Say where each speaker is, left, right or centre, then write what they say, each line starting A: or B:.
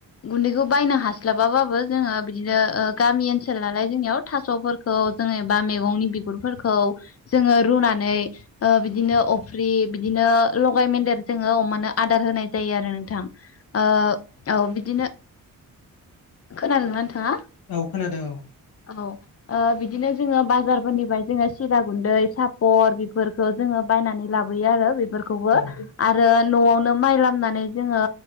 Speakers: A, on the left; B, on the left.
A: गुन्दैखौ बायनो हास्लाबाबाबो जोङो बिदिनो गामि ओनसोल नालाय जोंनियाव थास'फोरखौ जों एबा मैगंनि बिगुरफोरखौ जोङो रुनानै बिदिनो अफ्रि बिदिनो लगाय मेदेर जोङो अमानो आदार होनाय जायो आरो नोंथां औ बिदिनो खोनादोंना नोंथाङा
B: औ खोनादों औ
A: औ आ बिदि बिदिनो जोङो बाजारफोरनिफ्राय जोङो सिरा गुन्दै सापर बेफोरखौ जोङो बायनानै लाबोयो आरो बे फोरखौबो
B: औ
A: आरो न'आवनो माइ लामनानै जोङो